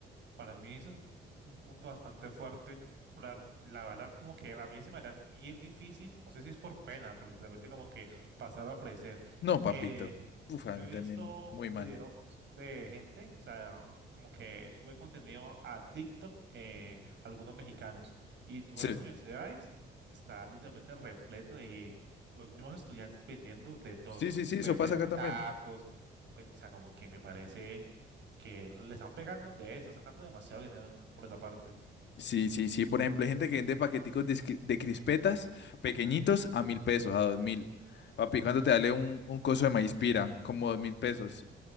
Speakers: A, on the right; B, on the left.
A: para mí eso es un punto bastante fuerte. pra- La verdad, como que a mí se me hará bien difícil, no sé si es por pena, por literalmente como que pasar a ofrecer.
B: No, papito.
A: Eh,
B: Uf, a
A: yo
B: mí
A: he visto
B: también muy
A: videos
B: mal.
A: de gente, o sea, como que sube contenido a TikTok, eh, algunos mexicanos, y tú
B: Sí.
A: ves las universidades, está literalmente repleto de los mismos estudiantes vendiendo de todo.
B: Sí, sí, sí, eso
A: Venden
B: pasa acá también.
A: tacos, ven- o sea, como que me parece que le están pegando donde es, están sacando demasiado dinero por esa parte.
B: Sí, sí, sí. Por ejemplo, hay gente que vende paqueticos de, cri- de crispetas pequeñitos a mil pesos, a dos mil. Papi, ¿cuánto te vale un, un coso de maíz pira? Como dos mil pesos.